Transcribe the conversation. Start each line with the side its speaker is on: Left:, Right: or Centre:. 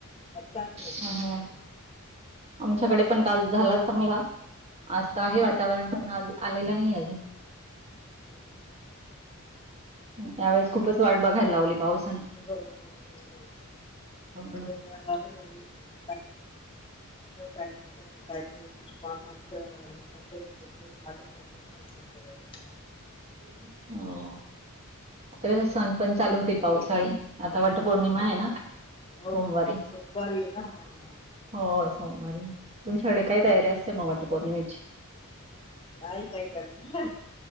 Left: आत्ता नाही.
Right: हां, हां. आमच्याकडे पण काल झाला चांगला. आता
Left: हम्म
Right: आहे वातावरण,
Left: हम्म
Right: पण आलेलं नाहीये अजून.
Left: ह् <inaudible>
Right: ह्या वेळेस, खूपच वाट बघायला लावली. पावसाने.
Left: हो, हो, हो, ते.
Right: हो ना.
Left: पैस मेन <unintelligible> काय ते उष्माघात म्हणतात ते सगळ झालं, त्याच्यामुळे प कराचं.
Right: हो, आता कस, सण पण चालू होतील, पावसाळी. आता वट पौर्णिमाय
Left: हो
Right: ना,
Left: हो
Right: सोमवारी.
Left: हो, सोमवारी आहे ना हा हा, हा.
Right: हो सोमवारी, तुमच्याकडे
Left: हम्म
Right: काय तयारी असते म, वट पौर्णिमेची.
Left: नाही काय करत